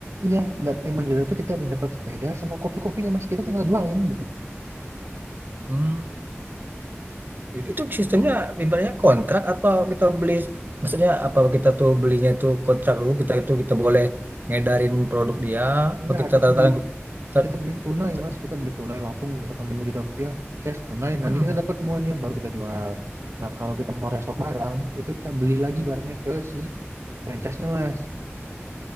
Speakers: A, on the right; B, on the right.
A: Iya, dap- 5 juta itu kita udah dapat sepeda sama kopi-kopinya mas. Kita tinggal jualan gitu.
B: Mm. Itu sistemnya ibaratnya kontrak apa kita beli maksudnya apa kita tuh belinya tuh kontrak dulu kita itu kita boleh ngedarin produk dia
A: Enggak,
B: apa kita
A: kita
B: tanda
A: beli
B: tangan ke- ta-
A: kita beli tunai
B: ta-
A: mas. Kita beli tunai langsung misalkan 5 juta rupiah cash tunai. Nanti
B: Mm-mm.
A: kita dapat semuanya baru kita jual. Nah kalau kita mau restock barang itu kita beli lagi barangnya ke si franchise-nya mas.